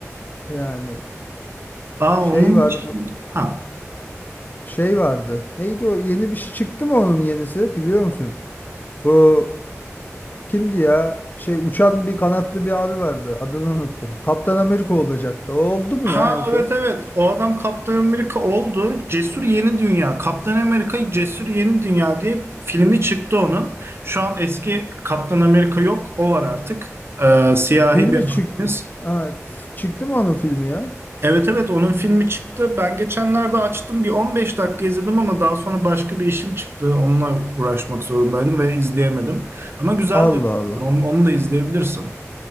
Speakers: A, on the left; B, on the right.
A: yani
B: Aa
A: şey
B: onun
A: var.
B: için... Ha.
A: şey vardı. Neydi o? Yeni bir şey çıktı mı onun yenisi? Biliyor musun? Bu kimdi ya? Şey uçan bir kanatlı bir abi vardı. Adını unuttum. Kaptan Amerika olacaktı. O oldu mu
B: Ha
A: ya en son?
B: evet evet o adam Kaptan Amerika oldu. Cesur Yeni Dünya. Kaptan Amerika Cesur Yeni Dünya diye filmi çıktı onun. Şu an eski Kaptan Amerika yok o var artık. Ee, siyahi
A: Filmi
B: bir abimiz.
A: çık Aa, çıktı mı onun filmi ya?
B: Evet evet onun filmi çıktı. Ben geçenlerde açtım bir 15 dakika izledim ama daha sonra başka bir işim çıktı. Onunla uğraşmak zorundaydım ve izleyemedim. Ama güzel
A: Allah
B: diyor.
A: Allah.
B: Onu, onu da izleyebilirsin.